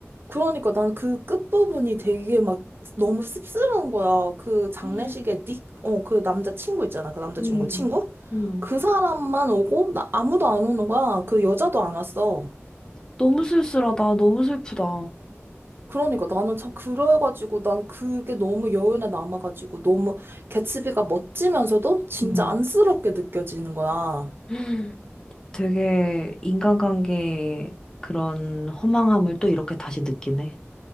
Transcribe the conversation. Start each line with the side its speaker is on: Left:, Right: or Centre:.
Right: 그러니까 난 그 끝부분이 되게 막 너무 씁쓸한 거야. 그 장례식에
Left: 음,
Right: 닉, 어, 그 남자 친구 있잖아. 그 남자
Left: 음,
Right: 주인공 친구?
Left: 음,
Right: 그 사람만 오고 나 아무도 안 오는 거야. 그 여자도 안 왔어.
Left: 너무 쓸쓸하다. 너무 슬프다.
Right: 그러니까 나는 참 그래가지고 난 그게 너무 여운에 남아가지고 너무 개츠비가 멋지면서도 진짜
Left: 음,
Right: 안쓰럽게 느껴지는 거야.
Left: 음, 되게 인간관계의 그런 허망함을 또 이렇게 다시 느끼네.